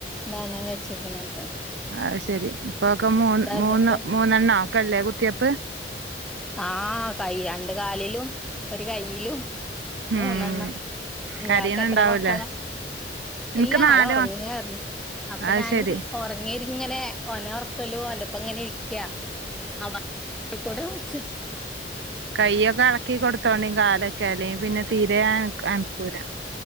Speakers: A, in the centre; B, on the right.
A: ഇതാണ് വെച്ചക്കണത്
B: ആഹ് ശെരി ഇപ്പൊക്കെ മൂന്ന്
A: എന്നിട്ട്
B: മൂന്ന് മൂന്നെണ്ണോ ഒക്കല്ലേ കുത്തിവെപ്പ്
A: ആഹ് കൈ രണ്ട് കാലേലും ഒരു കൈയിലും മൂന്നണ്ണം
B: ഉം
A: ഇയാക്കെത്ര
B: കരീണ് ണ്ടാവൂലേ
A: മക്കളാ?
B: ഇൻക്ക്
A: ഇല്ല
B: നാല്
A: ആള് ഒറങ്ങാർന്നു
B: മക്ക
A: അപ്പൊ
B: അത്
A: ഞാന്
B: ശരി
A: ഒറങ്ങി ഇങ്ങനെ ഓനെ ഒറക്കലും ഓൻ്റെ ഒപ്പം ഇങ്ങനെ ഇരിക്കാ <unintelligible>
B: കൈയൊക്കെ എളക്കി കൊടുത്തോണ്ടി കാലൊക്കെ അല്ലെങ്കില് പിന്നെ തീരെ എന ക്കൂല